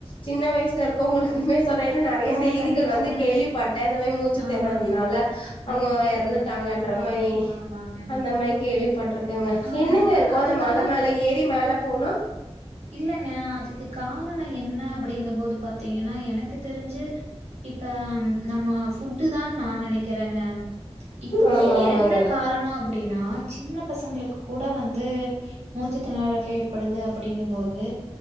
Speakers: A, on the left; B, on the right.
A: சின்ன வயசுல இருக்கவங்களுக்குமே சொல்ற என்ன நெறைய
B: ஆ
A: செய்திகள்
B: கண்டிப்பாங்க.
A: வந்து கேள்விப்பட்டே இந்த மாரி மூச்சிதெனறல்னால
B: ஆமாங்க.
A: அவுங்க
B: நெறைய பேர்
A: எறந்துட்டாங்கன்ற
B: எறந்துட்டாங்க.
A: மாயி
B: ஆமாங்க.
A: அந்த மாயி கேள்விப்பட்ருக்கங்க
B: ஆ
A: என்னங்க இருக்கு
B: அதுக்கெல்லாம்
A: அந்த மல மேல ஏறி மேல போனா
B: இல்லங்க அதுக் க்கு காரண என்ன அப்படிங்கும் போது பாாத்தீங்கன்னா எனக்கு தெருஞ்சு இப்ப நம்ம ஃபுட்டுதா நா நெனைக்கிறங்க இப்போ
A: ஆமா ஆமாங்க
B: என்ன காரணோ அப் அப்படின்னா சின்ன பசங்களுக்குக் கூட வந்து மு ச்சு திணறல் ஏற்படுது அப்படி அப்டிங்கும்போது